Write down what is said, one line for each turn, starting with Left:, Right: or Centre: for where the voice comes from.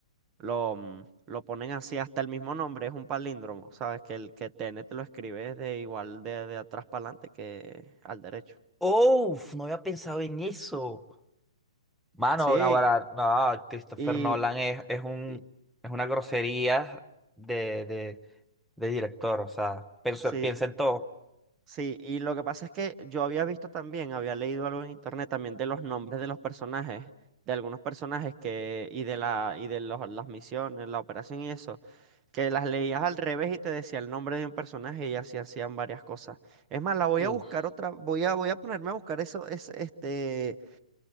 Right: lo, mm, lo ponen así, hasta el mismo nombre, es un palíndromo, ¿sabes? Que el que T N te lo escribe de igual de, de atrás para adelante que al derecho.
Centre: ¡Uf! No había pensado en eso. Mano,
Right: Sí,
Centre: no, para- no, Christopher
Right: y,
Centre: Nolan es, es un,
Right: y-
Centre: es una grosería de de director, o sea, piensa,
Right: sí,
Centre: piensa en todo.
Right: Sí, y lo que pasa es que yo había visto también, había leído algo en internet también de los nombres de los personajes, de algunos personajes que, y de la, y de los- las misiones, la operación y eso, que las leías al revés y te decía el nombre de un personaje y así hacían varias cosas. Es más, la voy
Centre: Uf.
Right: a buscar otra, voy a, voy a ponerme a buscar eso, es, este,